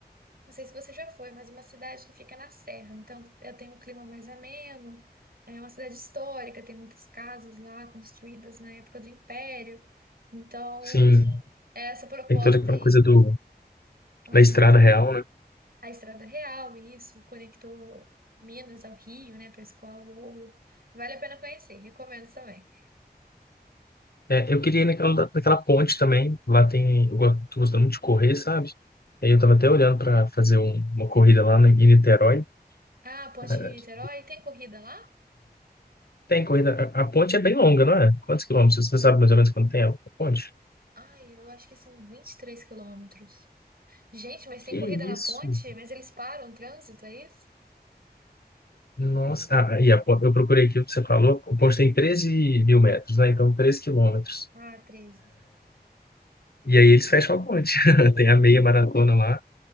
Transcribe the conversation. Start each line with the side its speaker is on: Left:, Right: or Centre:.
Right: não sei se você já foi, mas é uma cidade que fica na serra. Então, ela tem um clima mais ameno. É uma cidade histórica, tem muitas casas lá construídas na época do Império. Então,
Left: sim,
Right: Sim. é essa proposta
Left: tem toda aquela
Right: aí.
Left: coisa do,
Right: Aham.
Left: da estrada real, né?
Right: A Estrada Real, isso, conectou Minas ao Rio, né, Pescoal ao Ouro. Vale a pena conhecer, recomendo também.
Left: É, eu queria ir naquela, naquela ponte também. Lá tem. Eu gosto, tô gostando muito de correr, sabe? Aí eu tava até olhando para fazer um- uma corrida lá no- em Niterói.
Right: Ah, Ponte
Left: É,
Right: Rio-Niterói, tem corrida lá?
Left: tem corrida. A, a ponte é bem longa, não é? Quantos quilômetros? Você sabe mais ou menos quanto tem a ponte?
Right: Ai, eu acho que são 23 quilômetros. Gente, mas
Left: Que
Right: tem corrida
Left: isso?
Right: na ponte? Mas eles param o trânsito, é isso?
Left: Nossa. Ah, aí a pon- eu procurei aqui o que você falou. A ponte tem treze mil metros, né? Então, 13 quilômetros.
Right: Ah, 13.
Left: E aí eles fecham a ponte. <laughs> Tem a meia maratona lá.